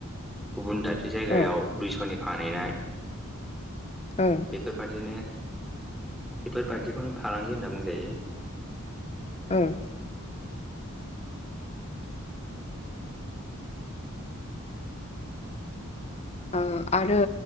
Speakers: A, in the centre; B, on the left (about 30°).
A: गुबुन दाबसे जायगायाव
B: औ
A: दुइस'नि फानहैनाय
B: औ।
A: बेफोरबादिनो बेफोरबादिखौनो फालांगि होनना बुंजायो।
B: औ। ओ आरो